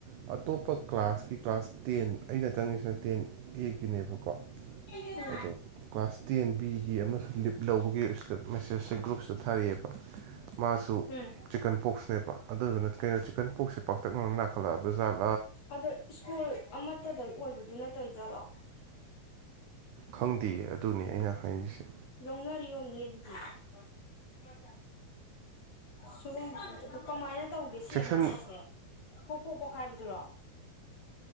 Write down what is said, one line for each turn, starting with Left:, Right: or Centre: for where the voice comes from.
Right: ꯑꯇꯣꯞꯄ ꯀ꯭ꯂꯥꯁꯀꯤ ꯀ꯭ꯂꯥꯁ ꯇꯦꯟ ꯑꯩꯅ ꯆꯪꯉꯤꯁꯤꯅ ꯇꯦꯟ ꯑꯦꯒꯤꯅꯦꯕꯀꯣ
Left: ꯎꯝ
Right: ꯑꯗꯣ ꯀ꯭ꯂꯥꯁ ꯇꯦꯟ ꯕꯤꯒꯤ ꯑꯃꯁꯨ ꯂꯤꯞ ꯂꯧꯕꯒꯤꯗ ꯃꯦꯁꯦꯁꯁꯦ ꯒ꯭ꯔꯨꯞꯁꯤꯗ ꯊꯥꯔꯛꯑꯦ ꯑꯦꯕ ꯃꯥꯁꯨ
Left: ꯎꯝ
Right: ꯆꯤꯀꯟ ꯄꯣꯛꯁꯅꯦꯕ ꯑꯗꯨꯗꯨꯅ ꯀꯩꯅꯣ ꯆꯤꯛꯀꯟ ꯄꯣꯛꯁ ꯄꯥꯛꯇꯛꯅꯅ ꯅꯥꯈꯠꯂꯛꯑꯕꯖꯥꯠ
Left: ꯑꯗꯣ ꯁ꯭ꯀꯨꯜ ꯑꯃꯠꯇꯗ ꯑꯣꯏꯕꯗꯨ ꯇꯧꯋꯤꯖꯥꯠꯂꯣ
Right: ꯈꯪꯗꯦ ꯑꯗꯨꯅꯤ ꯑꯩꯅ ꯍꯥꯏꯔꯤꯁꯦ
Left: ꯂꯧꯅꯔꯤ ꯑꯣꯏꯔꯝꯅꯤ ꯗꯨꯘꯤ ꯎꯝ ꯁꯤꯒꯨꯝꯕ ꯀꯃꯥꯏꯅ ꯇꯧꯒꯦ ꯁꯤ
Right: ꯁꯦꯛꯁꯟ
Left: ꯑꯅꯥꯕꯁꯦ ꯐꯣꯛ ꯐꯣꯛꯄꯣꯛ ꯈꯥꯏꯕꯗꯨꯔꯣ